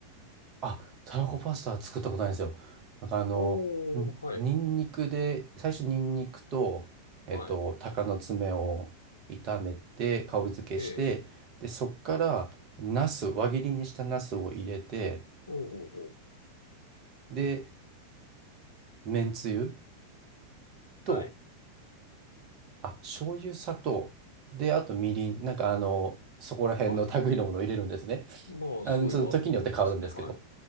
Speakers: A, on the right; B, on the left.
A: あ、たらこパスタは作ったことないんですよ。なんかあの、
B: おー、
A: んニンニクで、
B: はい。
A: 最初ニンニクと、えっと、
B: はい。
A: 鷹の爪を炒めて、香り付けして、
B: ええ。
A: で、そっから、ナス、輪切りにしたナスを入れて、
B: おうおうおう。
A: で、めんつゆと、
B: はい。
A: あ、醤油、砂糖、で、あとみりん、なんかあの、そこら辺の類のものを入れるんですね。
B: はい。まあ、
A: あの、
B: すごい和風ですね。
A: その時によって変わるんですけど。
B: はい。